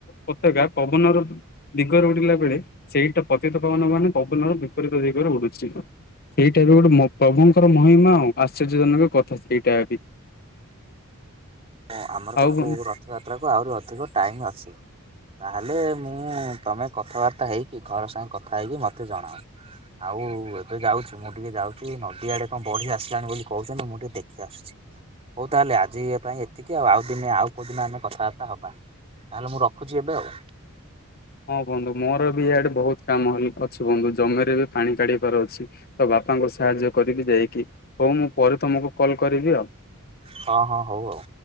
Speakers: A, on the left; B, on the right.
A: ପତାକା ପବନର ଦିଗରେ ଉଡିଲା ବେଳେ ସେଇଟା ପତିତପାବନ ବନା ପବନର ବିପରୀତ ଦିଗରେ ଉଡୁଚି। ସେଇଟା ବି ଗୋଟେ ମ ପ୍ରଭୁଙ୍କର ମହିମା ଆଉ ଆଶ୍ଚର୍ଯ୍ୟଜନକ କଥା ସେଇଟା ବି
B: ତ ଆମର ତ
A: ଆଉ ବନ୍
B: ପୁ ରଥଯାତ୍ରାକୁ ଆହୁରି ଅଧିକ ଟାଇମ୍ ଅଛି ତାହେଲେ ମୁଁ ତମେ କଥାବାର୍ତ୍ତା ହେଇକି ଘର ସାଙ୍ଗେ କଥା ହେଇକି ମତେ ଜଣାଅ। ଆଉ ଏବେ ଯାଉଚି ମୁଁ ଟିକେ ଯାଉଚି ନଦୀ ଆଡେ କଣ ବଢି ଆସିଲାଣି ବୋଲି କହୁଛନ୍ତି ମୁଁ ଟିକେ ଦେଖି ଆସୁଚି। ହଉ ତାହେଲେ ଆଜି ଇଏ ପାଇଁ ଏ ଟିକେ ଆଉ ଦିନେ ଆଉ କୋଉଁ ଦିନ ଆମେ କଥାବାର୍ତ୍ତା ହେବା ତାହେଲେ ମୁଁ ରଖୁଚି ଏବେ ଆଉ।
A: ହଁ ବନ୍ଧୁ ମୋର ବି ଇଆଡେ ବହୁତ କାମ ବି ଅଛି ବନ୍ଧୁ ଜମିରେ ବି ପାଣି କାଢିିବାର ଅଛି ତ ବାପାଙ୍କୁ ସାହାଯ୍ୟ କରିବି ଯାଇକି ହଉ ମୁଁ ପରେ ତମକୁ କଲ କରିବି ଆଉ।
B: ହଁ ହଁ ହଉ ଆଉ।